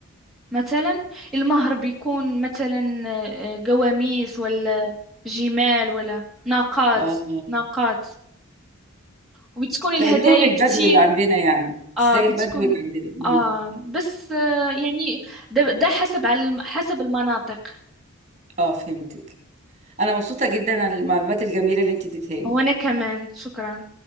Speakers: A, in the centre; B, on the right.
A: مثلا المهر بيكون مثلا آه، آه، قواميس ولا جمال ولا ناقات
B: اه
A: ناقات وبتكون الهدايا
B: كأنهم البدو
A: كتير
B: اللي عندنا يعني زي
A: اه بتكون
B: البدو اللي عندنا مم.
A: اه بس آه يعني ده, ده حسب على الم- حسب المناطق
B: اه فهمتك أنا مبسوطة جدا عن المعلومات الجميلة اللي انت اديتها لي
A: وأنا كمان شكرا